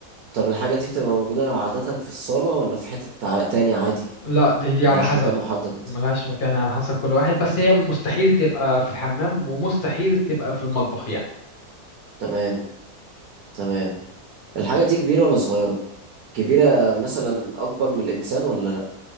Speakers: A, on the right (about 75°); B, on the left (about 40°).
A: طب الحاجة دي بتبقى موجودة عادة في الصالة ولا في حتة تع- تاني عادي
B: لا دي دي
A: ملهاش
B: على حسب
A: مكان محدد
B: ملهاش مكان على حسب كل واحد بس هي مستحيل تبقى في الحمام ومستحيل تبقى في المطبخ يعني
A: تمام تمام الحاجة دي كبيرة ولا صغيرة كبيرة مثلا أكبر من الإنسان ولا لأ